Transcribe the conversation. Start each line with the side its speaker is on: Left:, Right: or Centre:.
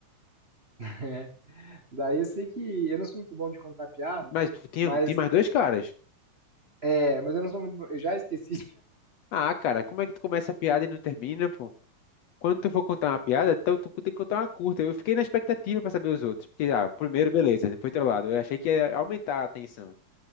Right: <laughs> Daí eu sei que eu não sou muito bom de contar piada,
Left: Mas tu tinha,
Right: mas
Left: tinha mais dois caras.
Right: é, mas eu não sou muito bom. Eu já esqueci.
Left: Ah, cara, como é que tu começa a piada e não termina, Quando tu for contar uma piada, então tu tem que contar uma curta. Eu fiquei na expectativa pra saber os outros. Porque, ah, o primeiro, beleza, foi trollado. Eu achei que ia aumentar a tensão.